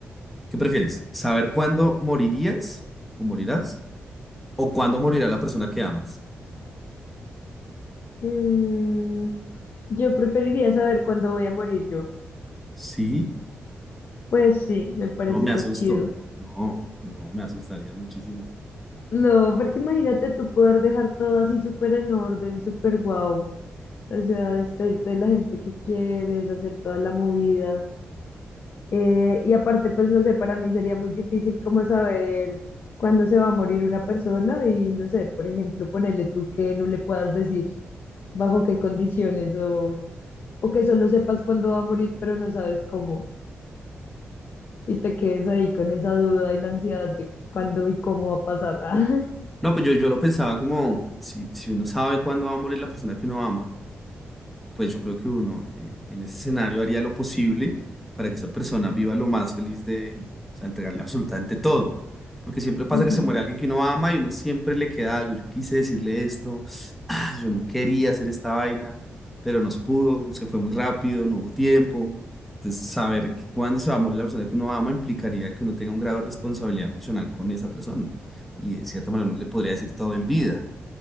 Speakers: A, in the centre; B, on the left.
A: ¿Qué prefieres? ¿Saber cuándo morirías o morirás? ¿O cuándo morirá la persona que amas?
B: Mm, yo preferiría saber cuándo voy a morir yo.
A: Sí,
B: Pues sí, me parece
A: no me
B: más
A: asusto.
B: chido.
A: yo- No, no, me asustaría muchísimo.
B: No, porque imagínate tú poder dejar todo así súper en orden, súper guau. O sea, despedirte de la gente que quieres, hacer toda la movida. Eh, y aparte, pues no sé, para mí sería muy difícil como saber cuándo se va a morir una persona y no sé, por ejemplo, ponerle tú que no le puedas decir bajo qué condiciones o, o que solo sepas cuándo va a morir, pero no sabes cómo y te quedes ahí con esa duda y la ansiedad de cuándo y cómo va a pasar. <laughs>
A: No, pues yo, yo lo pensaba como si, si uno sabe cuándo va a morir la persona que uno ama. pues yo creo que uno eh, en ese escenario haría lo posible para que esa persona viva lo más feliz de, o sea, entregarle absolutamente todo. Porque siempre pasa
B: Ujú.
A: que se muere alguien que uno ama y uno siempre le queda algo. Yo quise decirle esto, ah, yo no quería hacer esta vaina, pero no se pudo, se fue muy rápido, no hubo tiempo. Entonces, saber que cuando se va a morir la persona que uno ama implicaría que uno tenga un grado de responsabilidad emocional con esa persona. Y de cierta manera no le podría decir todo en vida.